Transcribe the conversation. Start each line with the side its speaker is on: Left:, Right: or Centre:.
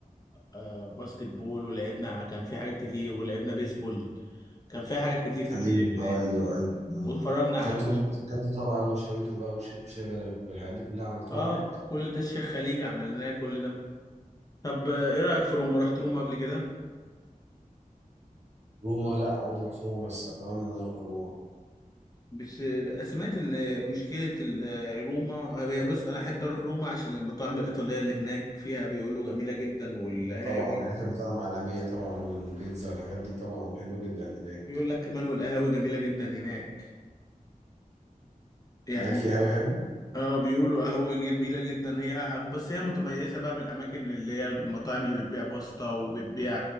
Left: آه، باسكت بول ولعبنا كان في حاجات كتير ولعبنا بيسبول كان في حاجات كتير تتلعب
Right: ايوه
Left: هناك
Right: ايوه ايوه
Left: واتفرجنا على
Right: كلته
Left: فيلم
Right: بط... كلته طبعا وشويته بقى وشربت شاي بدوي والحاجات دي كلها عملتوها
Left: اه
Right: هناك
Left: كل ده الشيخ خليج عملناه كل ده طب آه، ايه رأيك في روما رحت روما قبل كده
Right: روما لا عمري ما رحت روما بس اتمنى ان انا اروح روما
Left: بس آه، سمعت ان مشكلة ال- آه، روما هي بص انا احب اروح روما عشان المطاعم الإيطالية اللي هناك فيها بيقولوا جميلة جدا والقهاوي
Right: طبعا هناك المطاعم عالمية طبعا والبيتزا والحاجات دي طبعا حلوة جدا هناك
Left: بيقول لك كمان والقهاوي جميلة جدا هناك يعني
Right: هناك في قهوة حلو
Left: اه بيقولوا قهوة جميلة جدا هي حب- بس هي متميزة بقى بالأماكن اللي هي المطاعم اللي بتبيع باستا وبتبيع